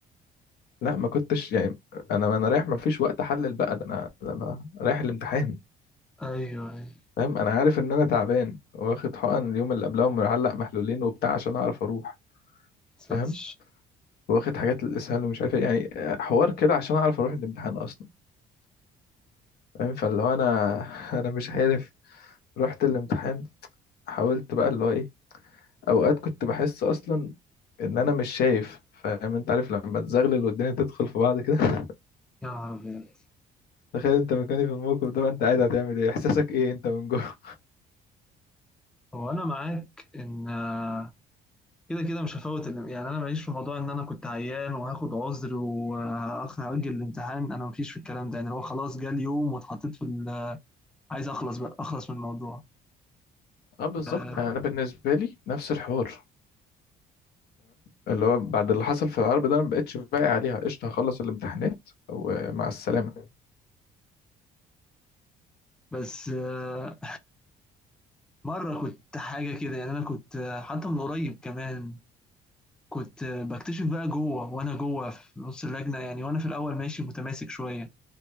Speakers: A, on the left; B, in the centre.
A: لا ما كنتش يعني انا انا رايح ما فيش وقت احلل بقى ده انا ده انا رايح الامتحان
B: ايوه ايوه
A: فاهم انا عارف ان انا تعبان واخد حقن اليوم اللي قبلها ومعلق محلولين وبتاع عشان اعرف اروح
B: ساتر
A: فاهم واخد حاجات للاسهال ومش عارف إيه. يعني حوار كده عشان اعرف اروح الامتحان اصلا فاهم فاللي هو انا <laughs> انا مش عارف رحت الامتحان حاولت بقى اللي هو ايه اوقات كنت بحس اصلا ان انا مش شايف فاهم انت عارف لما تزغلل والدنيا تدخل في بعض كده <laughs>
B: يا عربي
A: تخيل انت مكاني في الموقف ده بقى انت قاعد هتعمل ايه احساسك ايه انت من جوه
B: هو انا معاك ان آه، كده كده مش هفوت ال- يعني انا ماليش في موضوع ان انا كنت عيان وهاخد عذر وهاجل الامتحان انا مفيش في الكلام ده يعني هو خلاص جه اليوم واتحطيت في ال- عايز اخلص بقى اخلص من الموضوع
A: اه بالظبط
B: آه،
A: يعني انا بالنسبه لي نفس الحوار اللي هو بعد اللي حصل في العرب ده انا ما بقتش باقي عليها قشطه هخلص الامتحانات ومع السلامه
B: بس آه، مره كنت حاجه كده يعني انا كنت آه، حتى من قريب كمان كنت آه، بكتشف بقى جوه وانا جوه في نص اللجنه يعني وانا في الاول ماشي متماسك شويه